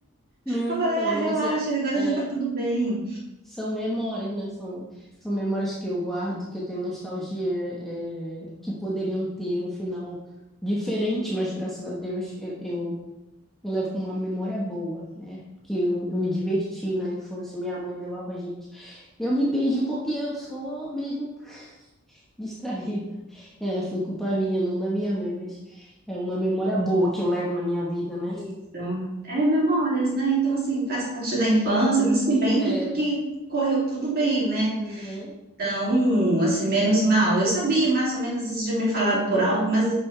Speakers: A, in the centre; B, on the right (about 40°).
A: Né,
B: Eu falei,
A: Então,
B: ah, relaxa,
A: mas é,
B: agora
A: é,
B: já está tudo bem.
A: São memórias, né? São, são memórias que eu guardo, que eu tenho nostalgia, é, que poderiam ter um final diferente, mas graças a Deus eu, eu, eu levo com uma memória boa, né? Que eu, eu me diverti na infância, minha mãe levava a gente. Eu me perdi porque eu sou mesmo distraída. É, foi culpa minha, não da minha mãe, mas é uma memória boa que eu levo na minha vida, né?
B: Isso. É memórias, né? Então, assim, faz parte da infância, mas que bem
A: É,
B: que, que correu tudo bem, né?
A: aham.
B: Então, assim, menos mal. Eu sabia mais ou menos isso de me falar por alto, mas